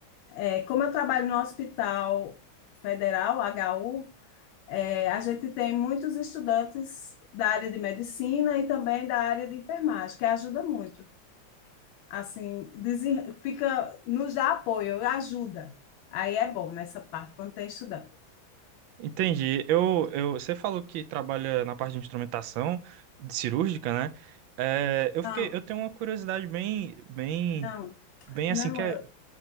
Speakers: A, on the left (about 80°); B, on the right (about 75°).
A: É, como eu trabalho no Hospital Federal, HU, é, a gente tem muitos estudantes da área de medicina e também da área de enfermagem, que ajuda muito. Assim, desen- fica, nos dá apoio, ajuda. Aí é bom nessa parte, quando tem estudante.
B: Entendi. Eu, eu, você falou que trabalha na parte de instrumentação de cirúrgica, né? É, eu fiquei,
A: Não,
B: eu tenho uma curiosidade bem, bem,
A: não,
B: bem
A: não,
B: assim que é,
A: eu,